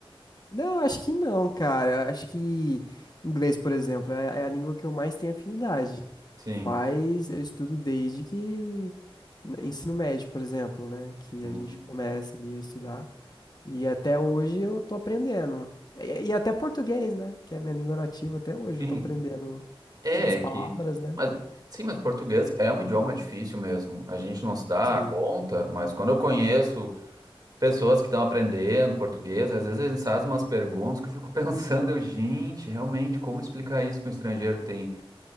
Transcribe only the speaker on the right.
Sim.
Uhum.
Sim.
É,
é
que.
Mas, sim, mas português é um idioma difícil mesmo. A gente não se dá
conta, mas quando eu conheço pessoas que estão aprendendo português, às vezes eles fazem umas perguntas que eu fico <laughs> pensando, eu, gente, realmente, como explicar isso para um estrangeiro tem,